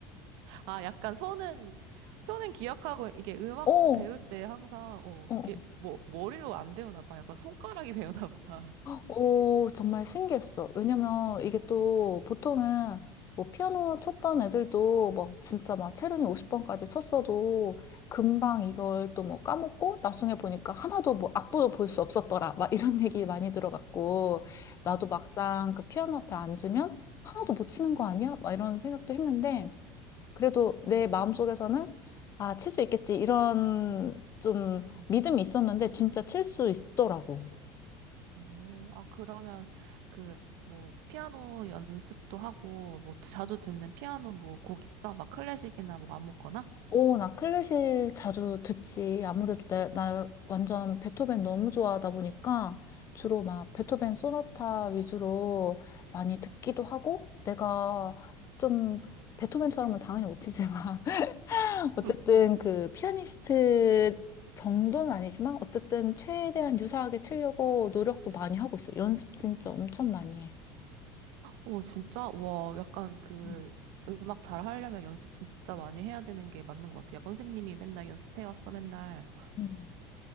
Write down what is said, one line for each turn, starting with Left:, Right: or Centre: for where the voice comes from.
Right: 아, 약간 손은, 손은 기억하고, 이게 음악
Left: 어,
Right: 배울
Left: 어.
Right: 때 항상, 어,
Left: 어.
Right: 이게 뭐, 머리로 안 배우나 봐. 약간 손가락이 <laughs> 배우나 봐.
Left: 오, 정말 신기했어. 왜냐면 이게 또 보통은 뭐 피아노 쳤던 애들도 막 진짜 막 체르니 50번까지 쳤어도 금방 이걸 또 뭐 까먹고 나중에 보니까 하나도 뭐 악보도 볼 수 없었더라. 막 이런 <laughs> 얘기 많이 들어갔고 나도 막상 그 피아노 앞에 앉으면 하나도 못 치는 거 아니야? 막 이런 생각도 했는데 그래도 내 마음속에서는 아, 칠 수 있겠지. 이런 좀
Right: 음.
Left: 믿음이 있었는데 진짜 칠 수 있더라고.
Right: 오, 아, 그러면 그, 뭐, 피아노 연습도 하고, 뭐, 자주 듣는 피아노 뭐 곡 있어? 막 클래식이나 뭐 아무거나?
Left: 오, 나 클래식 자주 듣지. 아무래도 내, 나 완전 베토벤 너무 좋아하다 보니까 주로 막 베토벤 소나타 위주로 많이 듣기도 하고 내가 좀 베토벤처럼은 당연히 못 치지만 <laughs> 어쨌든
Right: 음.
Left: 그 피아니스트 정도는 아니지만 어쨌든 최대한 유사하게 치려고 노력도 많이 하고 있어. 연습 진짜 엄청 많이 해.
Right: 오, 진짜? 와, 약간 그,
Left: 음.
Right: 음악 잘 하려면 연습 진짜 많이 해야 되는 게 맞는 것 같아. 약간 선생님이 맨날 연습해 왔어, 맨날.
Left: 음.